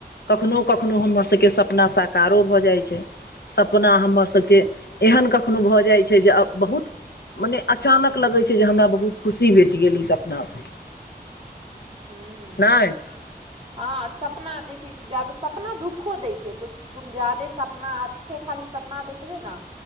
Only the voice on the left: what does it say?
कखनो कखनो हमर सबके सपना साकारो भऽ जाइ छै सपना हमर सबके एहन कखनो भऽ जाइ छै जे जब बहुत मने अचानक लगै छै जे हमरा बहुत खुशी भेट गेल ई सपनासँ
नहि